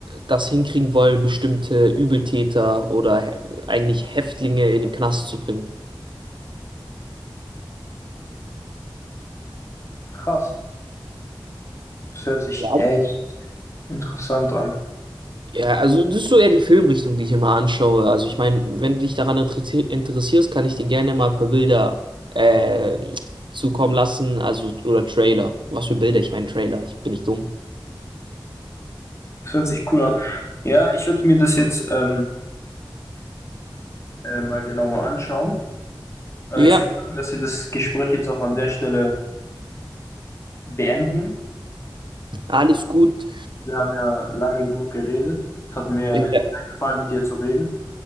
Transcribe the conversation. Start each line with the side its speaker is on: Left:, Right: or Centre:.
Right: das hinkriegen wollen, bestimmte Übeltäter oder he- eigentlich Häftlinge in den Knast zu bringen.
Left: krass. Das hört sich
Right: Ja,
Left: echt interessant an.
Right: ja, also das ist so eher die Filmrichtung, die ich immer anschaue. Also ich meine, wenn du dich daran interessier- interessierst, kann ich dir gerne mal ein paar Bilder äh, zukommen lassen, also oder Trailer. Was für Bilder? Ich meine Trailer, ich bin nicht dumm.
Left: Das hört sich cool an. Ja, ich würde mir das jetzt ähm, äh, mal genauer anschauen. Äh,
Right: Ja,
Left: ich würde sagen, dass wir das Gespräch jetzt auch an der Stelle beenden.
Right: alles gut.
Left: Wir haben ja lange genug geredet. Es hat mir
Right: Ja,
Left: sehr gefallen, mit dir zu reden.